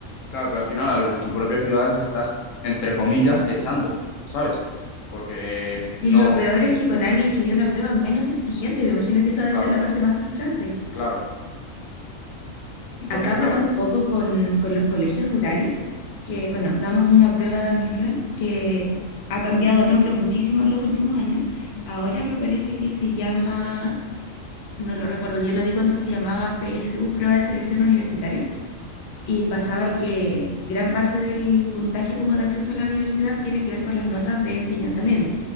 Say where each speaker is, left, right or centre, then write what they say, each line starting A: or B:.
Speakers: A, on the left; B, on the left.
A: Claro, pero al final a los de tu propia ciudad les estás, entre comillas, echando, ¿sabes? Porque no...
B: Y lo peor es que con alguien que dio una prueba menos exigente, me imagino que esa debe
A: Claro,
B: ser la parte más frustrante.
A: claro. Entonces,
B: Acá
A: claro,
B: pasa un poco con, con los colegios rurales, que bueno, damos una prueba de admisión que ha cambiado de nombre muchísimo en los últimos años. Ahora me parece que se llama, no lo recuerdo, yo lo di cuando se llamaba PSU, prueba de selección universitaria Y pasaba que gran parte del puntaje como de acceso a la universidad tiene que ver con las notas de enseñanza media.